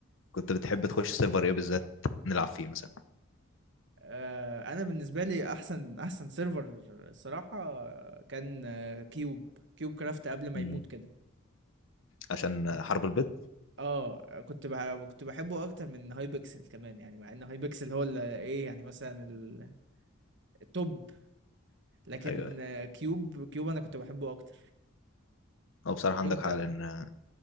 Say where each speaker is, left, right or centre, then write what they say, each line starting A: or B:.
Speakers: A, on the left; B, on the right.
A: كنت بتحب تخش سيرفر ايه بالذات نلعب فيه مثلا
B: آه، انا بالنسبة لي احسن احسن سيرفر الصراحة كان آه، كيوب كيوب كرافت قبل ما
A: امم
B: يموت كده
A: عشان حرب البيض
B: اه كنت بح كنت بحبه اكتر من هاي بيكسل كمان يعني مع ان هاي بيكسل هو اللي ايه يعني مثلا ال- التوب لكن
A: ايوه ايوه
B: آه، كيوب كيوب انا كنت بحبه اكتر
A: هو بصراحه
B: وانت
A: عندك حق لان